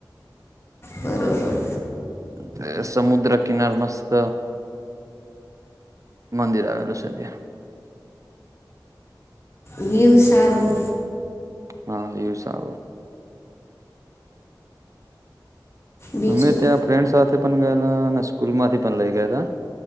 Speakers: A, on the left; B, on the right.
A: બરોબર
B: તે સમુદ્ર કિનાર મસ્ત મંદિર આવેલું છે ત્યાં.
A: વ્યુ સારું
B: હા, વ્યુ સારું.
A: બીજું
B: અમે ત્યાં ફ્રેન્ડ સાથે પન ગયેલા અને સ્કૂલમાંથી પન લઈ ગયા હતા.